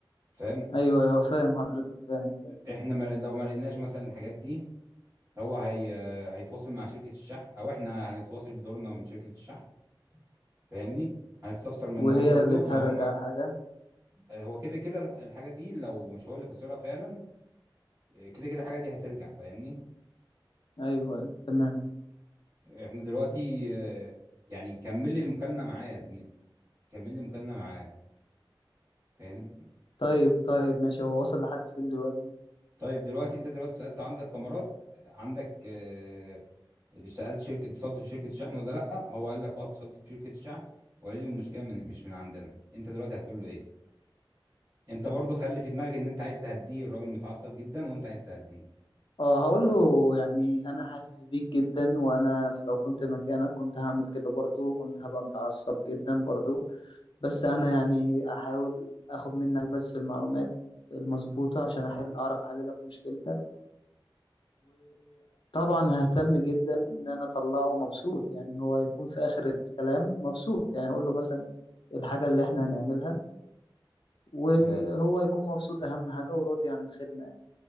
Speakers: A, on the right; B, on the left.
A: فاهم
B: ايوه ايوه فاهم حضرتك فاهم فاهم
A: احنا ما- لو ما لقيناش مثلا الحاجات دي هو هي هيتواصل مع شركة الشحن او احنا هنتواصل بدورنا من شركة الشحن فاهمني هنستفسر منهم
B: وهي
A: برضو
B: اللي ترجع
A: لو هم
B: الحاجه
A: هو كده كده الحاجه دي لو مش هو اللي خسرها فعلا كده كده الحاجه دي هترجع فاهمني
B: ايوه ايوه تمام
A: احنا دلوقتي آه، يعني كمل لي المكالمه معاه يا زميلي كمل لي المكالمه معاه فاهم
B: طيب طيب ماشي هو وصل لحد فين دلوقتي
A: طيب دلوقتي انت دلوقتي سالت عندك كاميرات عندك آه، سالت شركه اتصلت بشركه شحن ولا لا هو قال لك اه اتصلت بشركه شحن وقال لي المشكله من مش من عندنا انت دلوقتي هتقول له ايه انت برضو خلي في دماغك ان انت عايز تهديه الراجل متعصب جدا وانت عايز تهديه
B: اه هقول له يعني انا حاسس بيك جدا وانا لو كنت مكانك كنت هعمل كده برضو كنت هبقى متعصب جدا برضو بس انا يعني احاول اخد منك بس المعلومات المظبوطة عشان احل اعرف احل لك مشكلتك وطبعا ههتم جدا ان انا اطلعه مبسوط يعني هو يكون في اخر الكلام مبسوط يعني هقول له مثلا الحاجة اللي احنا هنعملها وهو
A: مم.
B: يكون مبسوط اهم حاجة وراضي عن الخدمة يعني